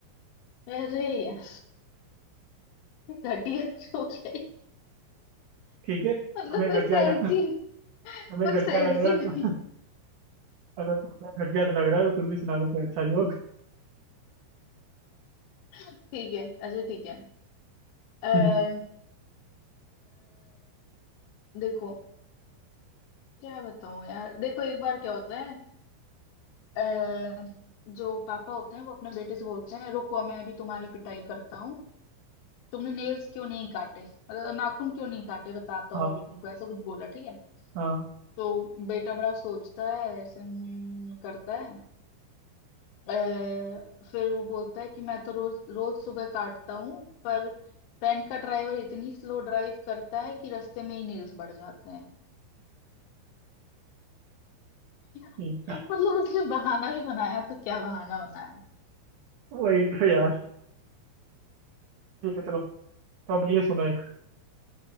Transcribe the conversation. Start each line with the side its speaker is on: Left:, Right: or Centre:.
Left: अरे यार ये घटिया जोक है
Right: ठीक है तुम्हें
Left: मतलब कोई
Right: घटिया
Left: सेंस
Right: लग <laughs>
Left: ही नहीं
Right: तुम्हें
Left: कोई
Right: घटिया
Left: सेंस
Right: लग रहा
Left: ही
Right: है
Left: नहीं
Right: तो अगर तुम्हें घटिया से लग रहा है तो तुम भी सुना दो कोई अच्छा जोक
Left: ठीक है अच्छा ठीक है अः
Right: <laughs>
Left: देखो क्या बताऊं यार देखो एक बार क्या होता है अः जो पापा होते हैं वो अपने बेटे से बोलते हैं रुको मैं अभी तुम्हारी पिटाई करता हूँ तुमने नेल्स क्यों नहीं काटे मतलब नाखून क्यों नहीं काटे बताता
Right: हाँ
Left: हूँ अभी तुमको ऐसा कुछ बोला ठीक है
Right: हाँ
Left: तो बेटा बड़ा सोचता है ऐसे हम्म, करता है अ, फिर वो बोलता है कि मैं तो रोज रोज सुबह काटता हूँ पर वैन का ड्राइवर इतनी स्लो ड्राइव करता है कि रास्ते में ही नेल्स बढ़ जाते हैं <laughs>
Right: ठीक था
Left: मतलब उसने बहाना भी बनाया तो क्या बहाना बनाया
Right: वही तो यार ठीक है चलो तो अब ये सुनो एक।